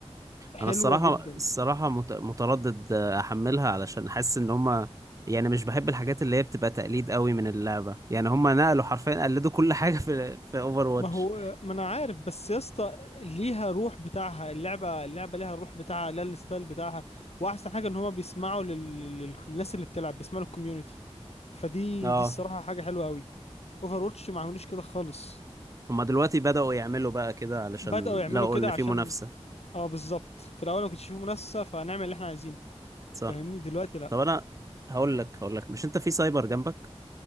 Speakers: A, on the left (about 70°); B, on the right (about 30°).
A: حلوة
B: انا الصراحه
A: جدا
B: الصراحه مت- متردد آه، احملها علشان حاسس ان هما يعني مش بحب الحاجات اللي هي بتبقى تقليد قوي من اللعبه يعني هما نقلوا حرفيا قلدوا كل <laughs> حاجه في في اوفر واتش
A: ما هو آه، ما انا عارف بس يا اسطى ليها روح بتاعها اللعبة اللعبة ليها الروح بتاعها ليها الستايل بتاعها واحسن حاجة ان هما بيسمعوا لل... لل- للناس اللي بتلعب بيسمعوا للكوميونتي فدي
B: اه
A: دي الصراحة حاجة حلوة قوي اوفر واتش ما عملوش كده خالص
B: هما دلوقتي بداوا يعملوا بقى كده علشان
A: بدأوا يعملوا
B: لقوا
A: كده
B: ان في
A: عشان
B: منافسه
A: اه بالظبط في الاول ما كنتش فيه منافسه فنعمل اللي احنا عايزينه
B: صح
A: فاهمني دلوقتي لا
B: طب انا هقول لك هقول لك مش انت في سايبر جنبك